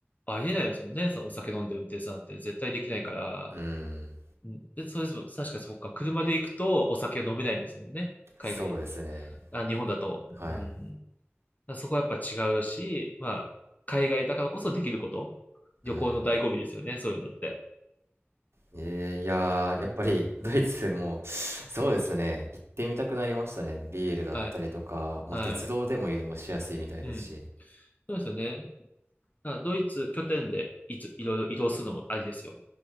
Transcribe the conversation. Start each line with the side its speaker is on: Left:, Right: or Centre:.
Left: ありえないですもんね。そのお酒飲んで運転するなんて絶対できないから。
Right: うん、
Left: うんで、そうですもん。確かにそっか。車で行くとお酒飲めないんですもんね。海外。
Right: そうですね。
Left: あ、日本だと。
Right: はい。
Left: うん。だからそこはやっぱ違うし、まあ、海外だからこそできること。旅行の醍醐味ですよね。
Right: うん。
Left: そういうのって。
Right: えーいやー、やっぱりドイツも、
Left: うん。
Right: そうですね、行ってみたくなりましたね。ビールだったりとか、
Left: はい。
Right: まあ、
Left: はい。
Right: 鉄道でも移動しやすいみたいですし。
Left: うん。そうですよね。だからドイツ拠点でいつ、いろいろ移動するのもありですよ。